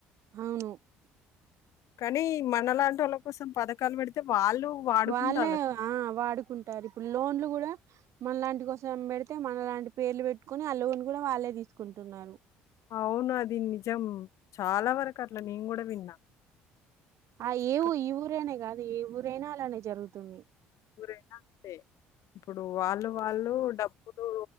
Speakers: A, on the right; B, on the left.
A: అవును
B: కానీ మన లాంటోళ్ళ కోసం పథకాలు పెడితే వాళ్ళు వాడుకుంటాళ్ళు
A: వాళ్ళే ఆ వాడుకుంటారు ఇప్పుడు లోన్లు కూడా మన లాంటి కోసం బెడితే మనలాంటి పేర్లు పెట్టుకుని ఆ లోన్ కూడా వాళ్ళే తీసుకుంటున్నారు
B: అవును అది నిజం చాలా వరకట్ల నేన్ గుడ విన్నా
A: ఆ
B: ఒక్క
A: ఏవు ఈఊరనేగాద్ ఏ ఊరైనా అలానే జరుగుతుంది
B: ఊరైనా అంతే ఇప్పుడు వాళ్ళు వాళ్ళు డబ్బులు